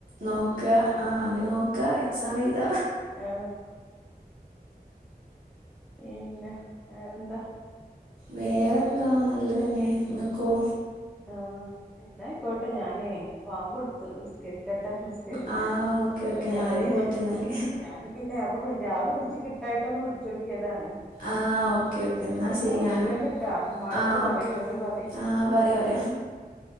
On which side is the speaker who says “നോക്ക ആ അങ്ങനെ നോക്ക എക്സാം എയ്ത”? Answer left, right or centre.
Right